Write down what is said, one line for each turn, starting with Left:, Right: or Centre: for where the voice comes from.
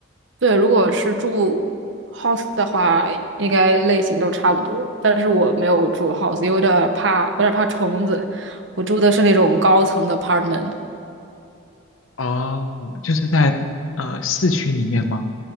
Right: 对，如果是住 house 的话，应该类型都差不多。但是我没有住 house，因为有点儿怕，有点儿怕虫子。我住的是那种高层的 apartment，
Left: 哦，就是在呃市区里面吗？